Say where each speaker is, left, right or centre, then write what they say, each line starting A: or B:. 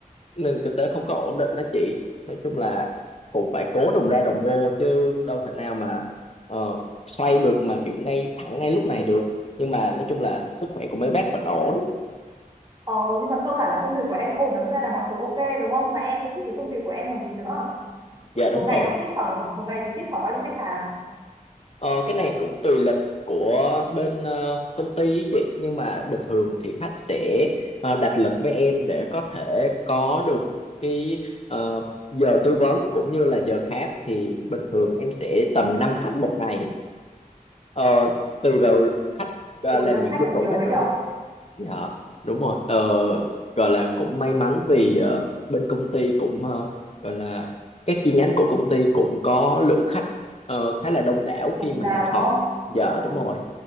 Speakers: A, on the left (about 45°); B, on the right (about 30°).
A: nền kinh tế không có ổn định đó chị. Nói chung là cũng phải cố đồng ra đồng vô chứ đâu thể nào mà ờ, xoay được mà kiểu ngay thẳng ngay lúc này được. Nhưng mà nói chung là sức khỏe của mấy bác vẫn ổn.
B: Ờ, nhưng mà cơ bản là công việc của em ổn, đâm ra là mọi thứ OK, đúng không? Mà em cũng thích cái công việc của em còn gì nữa.
A: Dạ
B: Một
A: đúng rồi.
B: ngày còn tiếp khoảng một ngày tiếp khoảng bao nhiêu khách hàng?
A: Ờ, cái này cũng tùy lịch của bên ờ, công ty ý chị nhưng mà bình thường thì khách sẽ ờ, đặt lịch với em để có thể có được cái ờ, giờ tư vấn cũng như là giờ khám thì bình thường em sẽ tầm 5 khách một ngày Ờ, tùy vào khách ờ,
B: Ôi,
A: làm
B: năm
A: những
B: khách
A: dịch
B: là
A: vụ
B: nhiều
A: khác
B: đấy
A: nữa
B: nhở,
A: Dạ đúng rồi ờ, gọi là cũng may mắn vì ờ, bên công ty cũng ờ, gọi là các chi nhánh của công ty cũng có lượng khách ờ, khá là đông đảo
B: dồi
A: khi mà
B: dào
A: họ
B: đúng không?
A: giờ
B: Ừ.
A: đúng rồi